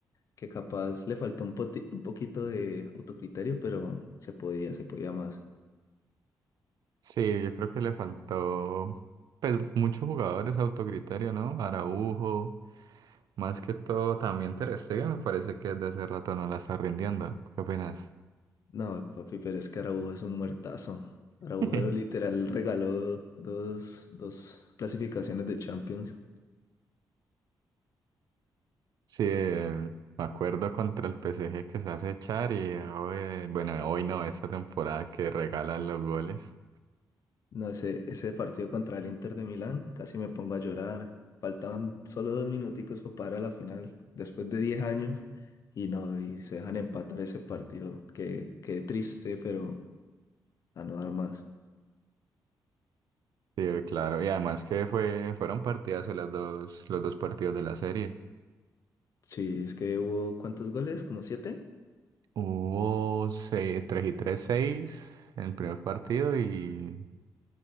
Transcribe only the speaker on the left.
que capaz le faltó un, poti- un poquito de autocriterio, pero se podía, se podía más.
No, papi, pero es que Araujo es un muertazo. Araujo
literal regaló dos, dos clasificaciones de Champions.
No sé, ese partido contra el Inter de Milán, casi me pongo a llorar. Faltaban solo dos minuticos para parar a la final, después de 10 años, y no, y se dejan empatar ese partido. Qué, qué triste, pero a no dar más.
Sí, es que hubo, ¿cuántos goles? ¿Como siete?